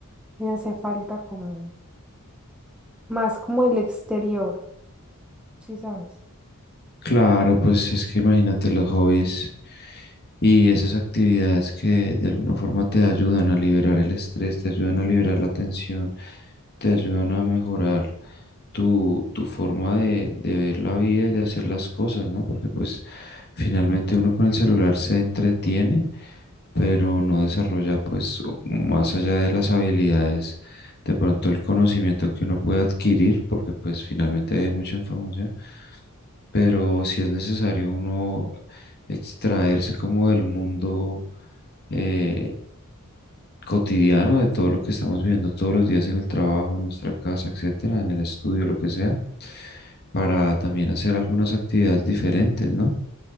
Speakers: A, in the centre; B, on the left.
A: me hace falta como más como el exterior, ¿sí sabes?
B: Claro, pues es que imagínate los hobbies y esas actividades que de alguna forma te ayudan a liberar el estrés, te ayudan a liberar la tensión, te ayudan a mejorar tu, tu forma de, de ver la vida y de hacer las cosas, ¿no? Porque pues finalmente uno con el celular se entretiene, pero no desarrolla pues o- más allá de las habilidades, de pronto el conocimiento que uno puede adquirir, porque pues finalmente hay mucha información pero si es necesario uno extraerse como del mundo eh, cotidiano, de todo lo que estamos viviendo todos los días en el trabajo, en nuestra casa, etcétera, en el estudio, lo que sea, para también hacer algunas actividades diferentes, ¿no?